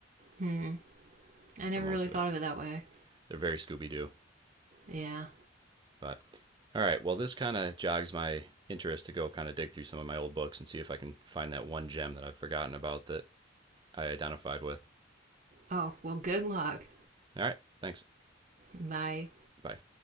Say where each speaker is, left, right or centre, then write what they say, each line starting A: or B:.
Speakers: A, on the right; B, on the right.
A: Hmm. I never
B: for most
A: really
B: of
A: thought
B: it.
A: of it that way.
B: They're very Scooby Doo.
A: Yeah.
B: But all right, well, this kind of jogs my interest to go kind of dig through some of my old books and see if I can find that one gem that I've forgotten about that I identified with.
A: Oh well. Good luck.
B: All right, thanks.
A: Bye.
B: Bye.